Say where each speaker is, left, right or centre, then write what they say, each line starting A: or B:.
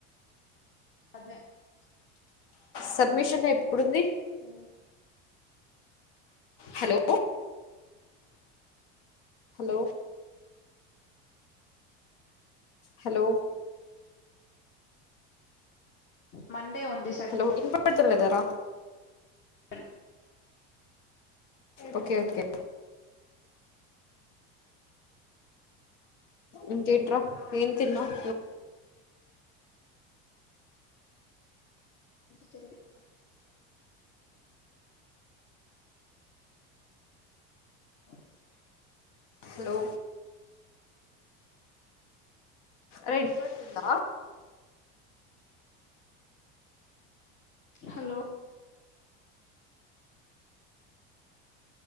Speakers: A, on the left; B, on the left.
A: అదే
B: సర్మిషన్ ఎప్పుడుంది
A: అ
B: హలో హలో హలో
A: మండే ఉంది
B: హలో ఇన్ పాడుతున్నాలేదారా
A: అన్
B: ఓకే ఓకే ఇంకా ఎంట్రా ఎమ్ తిన్నవ్
A: జల్ది అ
B: హలో రె పడుందా
A: హలో